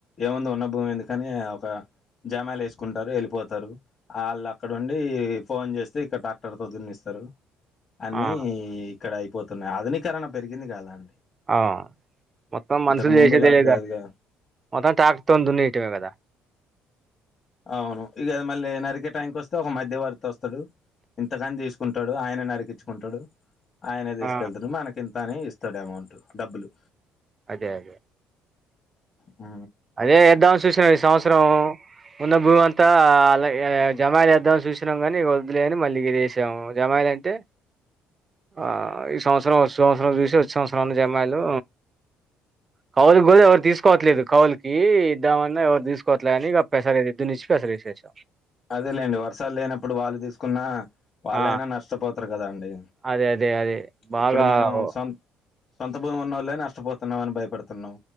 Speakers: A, on the left (about 45°); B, on the right (about 35°).
A: ఏముంది ఉన్న భూమి ఎందుకని ఒక జామాయిల్ ఏస్కుంటారు ఎళ్ళిపోతారు ఆళ్ళక్కడ ఉండి ఫోన్ చేస్తే ఇక్కడ టాక్టర్ తో దున్నిస్తరు అన్ని
B: ఆ
A: ఇక్కడ అయిపోతున్నాయి ఆధునీకరణ పెరిగింది కదా అండి
B: ఆ మొత్తం మనుషులు
A: ఇంతకు ముందులాగ
B: చేసేదే లేదా
A: కాదుగా
B: మొత్తం టాక్టర్ తో దున్నేయటమే కదా
A: అవును ఇక మళ్ళీ నరికే టాంక్ వస్తే ఒక మధ్య వర్తి వస్తాడు ఇంతకన్ తీస్కుంటడు ఆయన నరికించుకుంటుడు ఆయనే తీస్కెళుతడు
B: ఆ
A: మనకింతని ఇస్తాడు అమౌంటు డబ్బులు
B: అదే అదే
A: ఊ
B: అదే ఏద్దామని చూసినం ఈ సంవత్సరం ఉన్న భూమంతా అలా ఏ జమాయిలేద్దాం జుసినాం కాని వద్లేఅని మళ్ళీ ఇదే ఏసాము జమాయిలు అంటే ఆ ఈ సంవత్సరం వచ్చే సంవత్సరం చూసి వచ్చే సంవత్సరంన్ని జమాయిలు కౌలు కూడా ఎవరు తీసుకోవట్లేదు కౌలుకు ఈ ఇద్దామన్నా ఎవరు తీసుకోవట్లే అని ఇక పెస ఎద్దునిచ్చి పెసరేసేస
A: అదేలేండి వర్షాలు లేనప్పుడు వాళ్ళు తీసుకున్న వాళ్ళైనా
B: ఆ
A: నష్టపోతారు కదా అండి
B: అదే అదే అదే బాగా
A: ఇప్పుడు మనం
B: ఓ
A: సొం సొంత భూమున్నోళ్లే నష్టపోతున్నామని భయపడుతున్నాం